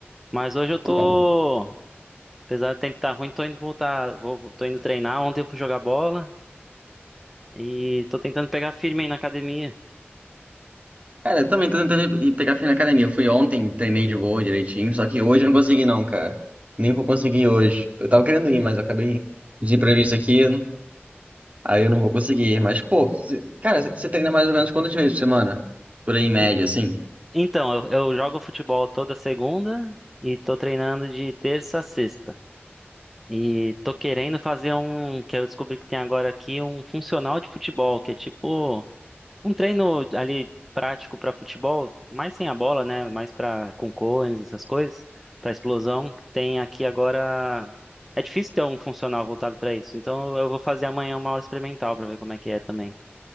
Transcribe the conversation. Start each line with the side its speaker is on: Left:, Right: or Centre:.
Centre: Mas hoje eu tô,
Right: Pô, cara,
Centre: apesar do tempo estar ruim, tô indo voltar, vou, tô indo treinar. Ontem eu fui jogar bola e tô tentando pegar firme aí na academia.
Right: Cara, eu também tô tentando ir pegar firme na academia. Eu fui ontem, treinei de boa, direitinho, só que hoje eu não consegui não, cara. Nem vou conseguir hoje. Eu tava querendo ir, mas eu acabei de imprevisto aqui, aí eu não vou conseguir. Mas, pô, cê- cara, você treina mais ou menos quantas vezes por semana? Por aí, em média,
Centre: E-
Right: assim?
Centre: Então, eu, eu jogo futebol toda segunda e tô treinando de terça a sexta. E tô querendo fazer um, que eu descobri que tem agora aqui, um funcional de futebol, que é tipo Um treino ali prático para futebol, mais sem a bola, né? Mais para com cones, essas coisas, para explosão. Tem aqui agora. É difícil ter um funcional voltado para isso. Então eu vou fazer amanhã uma aula experimental para ver como é que é também.